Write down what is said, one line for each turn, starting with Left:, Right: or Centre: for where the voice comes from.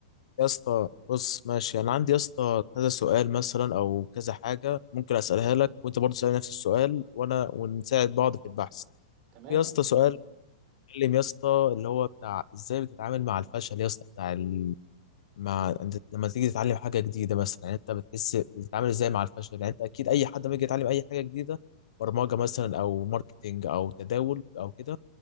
Left: يا اسطى بص ماشي انا عندي يا اسطى كذا سؤال مثلا او كذا حاجه ممكن اسالها لك وانت برضه تسالني نفس السؤال وانا ونساعد بعض في البحث
Right: تمام
Left: في يا
Right: مفيش
Left: اسطى سؤال
Right: مشكله
Left: بيتكلم يا اسطى اللي هو بتاع ازاي بتتعامل مع الفشل يا اسطى بتاع ال... مع انت لما تيجي تتعلم حاجه جديده مثلا يعني انت بتحس بتتعامل ازاي مع الفشل يعني انت اكيد اي حد لما يجي يتعلم اي حاجه جديده برمجه مثلا او ماركتينج او تداول او كده